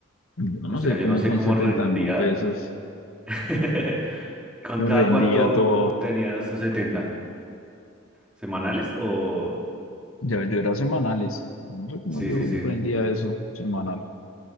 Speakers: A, on the left; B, in the centre.
A: Yo
B: O
A: no
B: sea,
A: sé
B: yo
A: cómo
B: no sé
A: con
B: cómo
A: setenta
B: rendía.
A: mil pesos
B: <laughs> ¿Con
A: me
B: cada
A: rendía
B: cuánto
A: todo.
B: obtenía esos setenta ¿Semanales o...?
A: Yo, yo era semanales. No sé cómo
B: Sí,
A: yo
B: sí, sí.
A: rendía eso semanal.